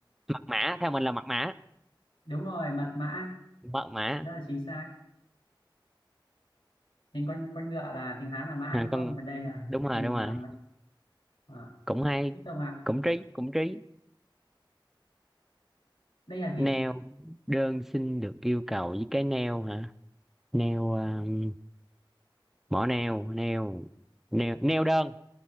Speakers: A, in the centre; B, on the left.
A: mật mã theo mình là mật mã
B: đúng rồi mật mã
A: mật mã
B: rất là chính xác hình con con ngựa là tiếng Hán là mã
A: à,
B: đúng
A: con
B: không và đây là
A: đúng rồi
B: hình
A: đúng rồi
B: ờ, mạch- ờ,
A: cũng hay
B: tiếp tục ạ
A: cũng trí cũng trí
B: đây là gì
A: neo đơn xin được yêu cầu với cái neo hả neo um, mỏ neo neo neo neo đơn